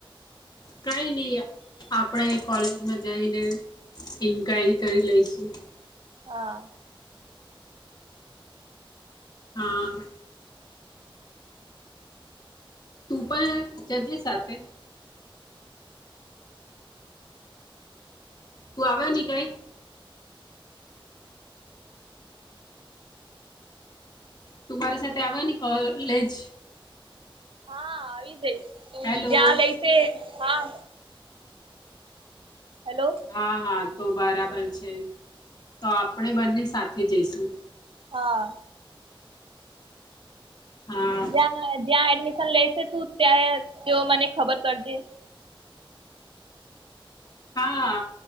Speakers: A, on the left; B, on the right.
A: કઈ નહી આપણેે કોલેજમાં જઈને ઇન્ક્વાયરી કરી લઈશું
B: હા
A: હા તું પણ જજે સાથે પું આવા ન કઈ તું મારી સાથે આવે ને કોલેજ
B: હા આવી જઈ તો
A: હેલો
B: જ લ એસે હા હેલો
A: હા હા. તો બરાબર છે. તો આપણેે બંને સાથે તે જયશું.
B: હા.
A: હા
B: જ્યા જ્યાં એડમિ શન લેશે તું ત્યાં તેઓ મને ખબર કરજે.
A: હા